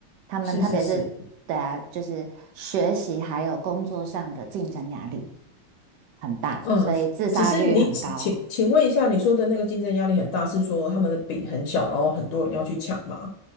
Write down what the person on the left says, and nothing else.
是是是，
嗯，
只是你请请请问一下，你说的那个竞争压力很大，是说他们的饼很小，然后很多人要去抢吗？